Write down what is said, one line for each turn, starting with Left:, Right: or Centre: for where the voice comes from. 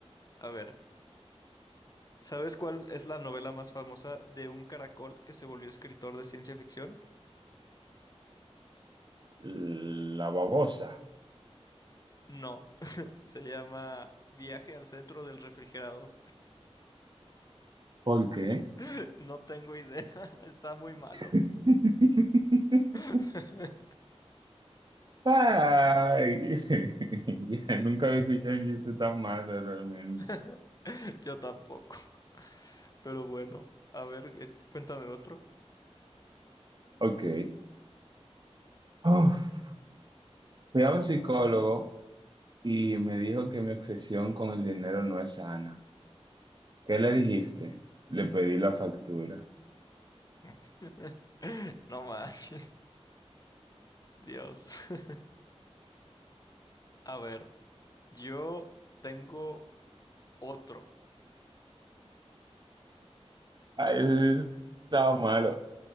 Left: A ver, ¿sabes cuál es la novela más famosa de un caracol que se volvió escritor de ciencia ficción?
Right: la babosa.
Left: No, se llama Viaje al centro del refrigerador.
Right: ¿Por qué?
Left: <laughs> No tengo idea, <laughs> está muy malo.
Right: <laughs>
Left: <laughs>
Right: Ay, <laughs> ya,
Left: Sí,
Right: nunca había escuchado un chiste tan malo realmente.
Left: <laughs> yo tampoco. Pero bueno, a ver, eh, cuéntame otro.
Right: Ok. Uf, fui a un psicólogo y me dijo que mi obsesión con el dinero no es sana. ¿Qué le dijiste? Le pedí la factura.
Left: <laughs> No manches, Dios. <laughs> A ver, yo tengo otro.
Right: Ay, eso
Left: Cu-
Right: sí estaba malo.